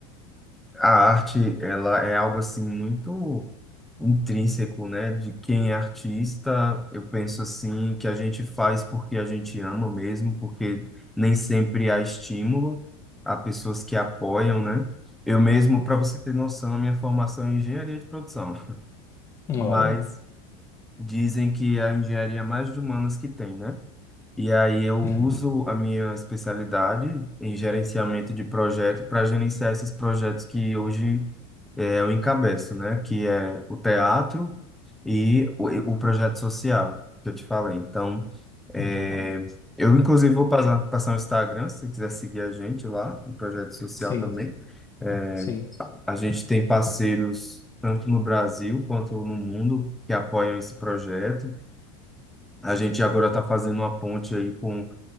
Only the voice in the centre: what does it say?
A arte, ela é algo assim muito intrínseco, né? De quem é artista, eu penso assim que a gente faz porque a gente ama mesmo, porque nem sempre há estímulo, há pessoas que apoiam, né? Eu mesmo, para você ter noção, a minha formação é em engenharia de produção,
mas
dizem que é a engenharia é mais de humanas que tem, né? E aí eu
uso a minha especialidade em gerenciamento de projeto para gerenciar esses projetos que hoje eh, eu encabeço, né? Que é o teatro e o, o projeto social que eu te falei. Então, eh,
eu inclusive vou passar, passar o Instagram, se você quiser seguir a gente lá, o projeto social
também. É,
A gente tem parceiros tanto no Brasil quanto no mundo que apoiam esse projeto. A gente agora está fazendo uma ponte aí com